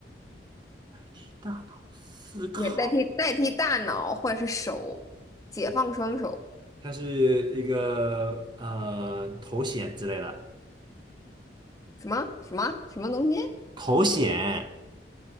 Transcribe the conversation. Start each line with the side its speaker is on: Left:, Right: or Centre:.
Right: 替大脑思考？
Left: 也代替代替大脑或者是手，解放双手。
Right: 它是一个呃头显之类的，
Left: 什么什么什么东西？
Right: 头显